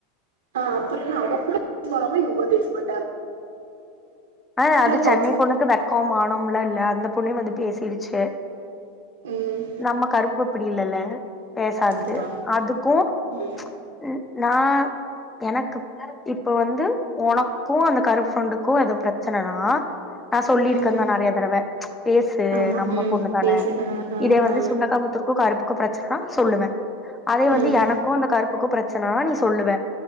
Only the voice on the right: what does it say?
ஆஹ அப்பறோ என்ன அவ கூட போசாம இவ கூட பேசுவா.
தொலச்சு
ம்
அதுதா
ம்
ம்
ஆமா
ம்
பேசு ஆ ஆ
ஆ
ம்